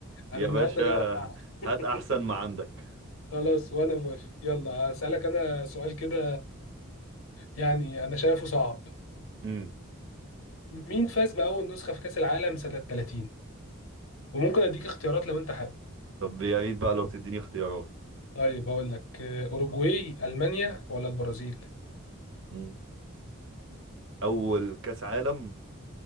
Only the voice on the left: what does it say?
انا
النهارده
جاي اوقعك
<laughs> خلاص وانا موافق يلا اسالك انا سؤال كده يعني انا شايفه صعب
مين فاز باول نسخة في كاس العالم سنة 30 وممكن اديك اختيارات لو انت حابب
طيب هقول لك آه، اوروجواي المانيا ولا البرازيل